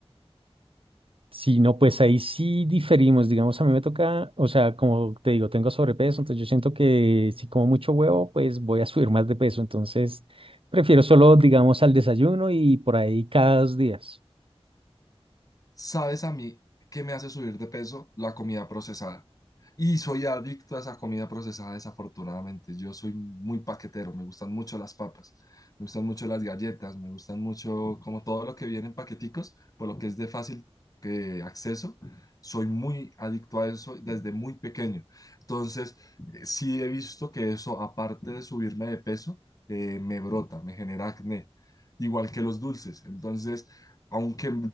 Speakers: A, on the right; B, on the left.
A: Sí, no, pues ahí sí diferimos, digamos, a mí me toca, o sea, como te digo, tengo sobrepeso, entonces yo siento que si como mucho huevo, pues voy a subir más de peso, entonces prefiero solo, digamos, al desayuno y por ahí cada dos días.
B: ¿Sabes a mí qué me hace subir de peso? La comida procesada. Y soy adicto a esa comida procesada, desafortunadamente. Yo soy muy paquetero, me gustan mucho las papas, me gustan mucho las galletas, me gustan mucho como todo lo que viene en paqueticos, por lo que es de fácil que acceso. Soy muy adicto a eso desde muy pequeño. Entonces, eh, sí he visto que eso, aparte de subirme de peso, eh, me brota, me genera acné, igual que los dulces. Entonces, aunque